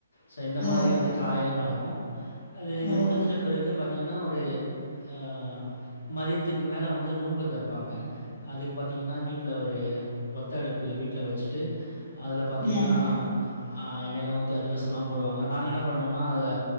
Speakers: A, on the left (about 85°); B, on the left (about 45°).
A: சோ இந்த மாரி
B: ம்
A: வந்து காலையில நடக்கும் அது இது
B: ம்
A: முடிச் அஞ்சிட்ட பிறகு பாத்தீங்கன்னா ஒரு அ மதியத்துக்கு மேலே வந்து நோம்பு தரப்பாங்க அதுக்கு பாத்தீங்கன்னா வீட்ல ஒரு ஒத்தடுப்பு வீட்ல வச்சிட்டு அதுல பாத்திங்கனா
B: ம்
A: அ எண்ணெய்லா ஊத்தி அதிரசம்லா போடுவாங்க நாங்க என்ன பண்ணுவோம்னா அதுல